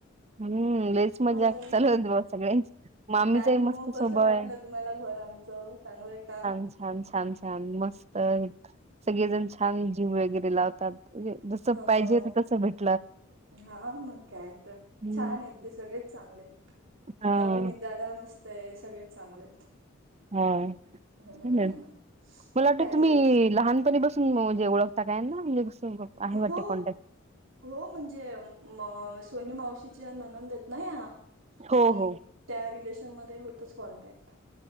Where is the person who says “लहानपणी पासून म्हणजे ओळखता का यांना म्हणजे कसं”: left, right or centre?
Right